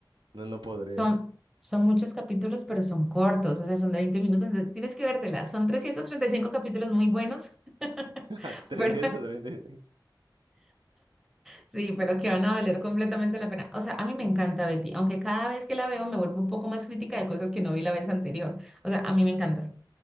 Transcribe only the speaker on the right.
No, no podría.
<laughs>
335.